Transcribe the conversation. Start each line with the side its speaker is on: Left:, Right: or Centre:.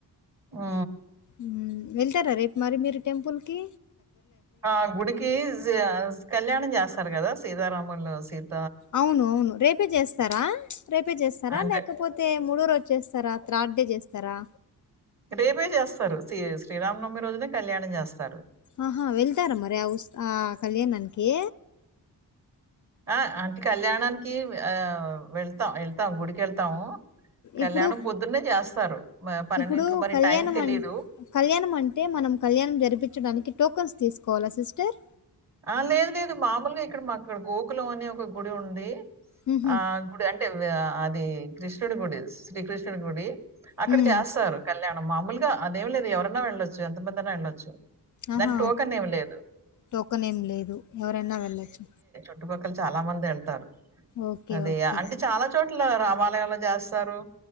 Right: మ్
Left: హ్మ్. వెళ్తారా రేప్మరి మీరు టెంపుల్కి
Right: ఆ గుడికి కళ్యాణం జేస్తారు కదా సీతారాములు సీత
Left: అవునవును రేపే చేస్తారా రేపే చేస్తారా
Right: అంటే
Left: లేకపోతే మూడోరోచ్చేస్తారా త్రాడే చేస్తారా
Right: రేపే చేస్తారు శ్రీ శ్రీరామనవమి రోజునే కళ్యాణం చేస్తారు
Left: ఆహా వెళ్తారా మరి ఆ ఉ ఆ కళ్యాణానికి
Right: ఆ అంటే కళ్యాణానికి ఆ వెళ్తాం వెళ్తాం గుడికేళ్తాము కళ్యాణం
Left: ఇప్పుడు
Right: పొద్దున్నే చేస్తారు పన్నెంటికి
Left: ఇప్పుడు
Right: మరి
Left: కళ్యాణం
Right: టైం తెలీదు
Left: అన్ కళ్యాణం అంటే మనం కళ్యాణం జరిపించడానికి టోకన్స్ తీసుకోవాలా సిస్టర్
Right: ఆ లేదు లేదు మామూలుగా ఇక్కడ మాకుక్కడ గోకులం అని ఒక గుడి ఉంది
Left: హుహు.
Right: ఆ గుడి అంటే ఆ అది కృష్ణుడి గుడి శ్రీకృష్ణుడి గుడి అక్కడ
Left: హ్మ్
Right: చేస్తారు కళ్యాణం మామూలుగా అదేం లేదు ఎవరన్నా వెళ్ళొచ్చు ఎంతమంధైనా వెళ్ళొచ్చు
Left: ఆహా!
Right: దాన్కి టోకన్ ఏమిలేదు
Left: టోకెన్ ఏం లేదు ఎవరైనా వెళ్ళొచ్చు
Right: చుట్టుపక్కల చాలా మంది ఎళ్తారు
Left: ఓకే.
Right: అది
Left: ఓకే.
Right: అంటే చాలా చోట్ల రామాలయా జేస్తారు